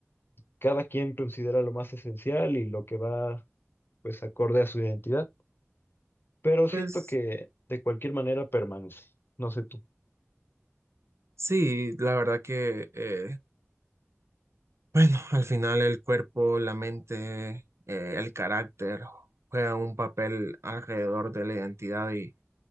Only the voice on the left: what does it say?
cada quien considera lo más esencial y lo que va, pues, acorde a su identidad. Pero
siento que de cualquier manera permanece. No sé tú. <laughs>